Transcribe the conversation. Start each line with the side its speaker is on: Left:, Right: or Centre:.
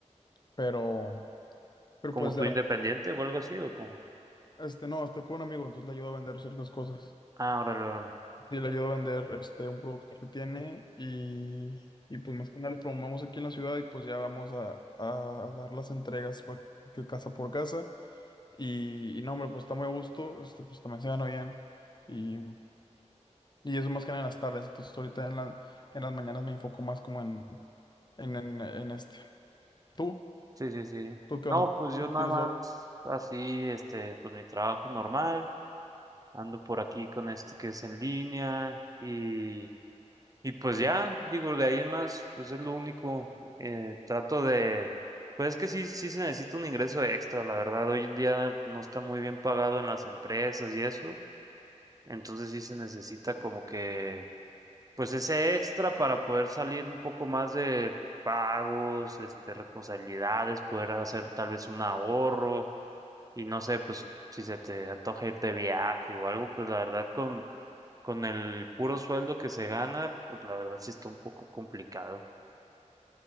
Left: pero, pero
Right: ¿Como
Left: pues
Right: tú
Left: de,
Right: independiente
Left: ra-
Right: o algo así o como?
Left: este, no, estoy con un amigo, entonces le ayudo a vender ciertas cosas.
Right: Ah, órale, órale.
Left: Sí, le ayudo a vender este, un producto que tiene y, y, pues más que nada lo promovamos aquí en la ciudad y pues ya vamos a, a dar las entregas pa- que casa por casa y, y no, hombre, pues está muy a gusto, este, pues también se gana bien y, y eso más que nada en las tardes, entonces ahorita en la- en las mañanas me enfoco más como en, en, en, en este. ¿Tú?
Right: Sí, sí, sí.
Left: ¿Tú qué
Right: No,
Left: onda? ¿Tú
Right: pues yo
Left: no
Right: nada
Left: ¿Tienes
Right: más
Left: dos?
Right: así, este, pues mi trabajo normal. Ando por aquí con este que es en línea y Y pues ya, digo, de ahí en más, pues es lo único. Eh, trato de, pues es que sí, sí se necesita un ingreso extra, la verdad. Hoy en día no está muy bien pagado en las empresas y eso. Entonces sí se necesita como que pues ese extra para poder salir un poco más de pagos, este, responsabilidades, poder hacer tal vez un ahorro y no sé, pues si se te antoja ir de viaje o algo, pues la verdad con, con el puro sueldo que se gana, pues la verdad sí está un poco complicado.